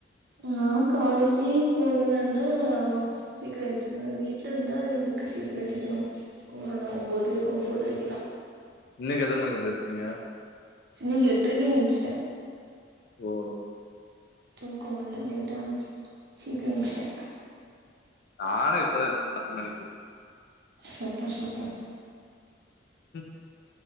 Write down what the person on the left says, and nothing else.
இன்னிக்கு எத்தன மணிக்கு எந் சீங்க
ஓ
நானே இப்பதா எந்துச்ச பத்து மணிக்கு
ம்